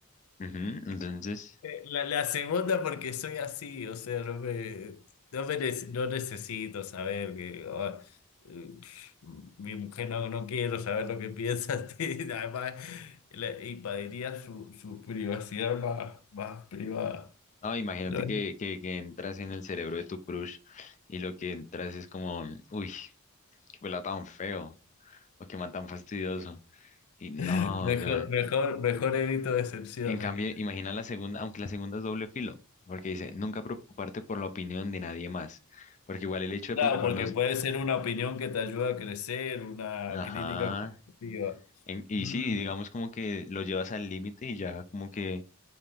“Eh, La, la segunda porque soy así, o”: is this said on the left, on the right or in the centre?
Left